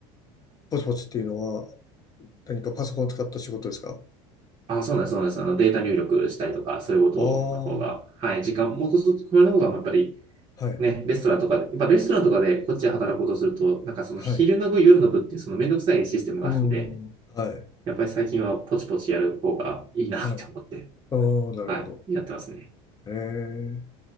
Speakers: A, on the left; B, on the right.
A: ポチポチっていうのは何かパソコンを使った仕事ですか
B: あ、そうなんです、そうなんです。あの、データ入力したりとか、そういうことの方が、
A: ああー。
B: はい、時間、もうこそ、これの方が、やっぱり、
A: はい。
B: ね、レストランとかで、やっぱレストランとかでこっちで働こうとすると、なんかその昼の部、
A: はい。
B: 夜の部って、そのめんどくさいシステムがあるんで、
A: うーん。はい。
B: やっぱり最近はポチポチやる方がいいなって思って、
A: はい。ああ、なるほど。
B: はい、やってますね。
A: ええ、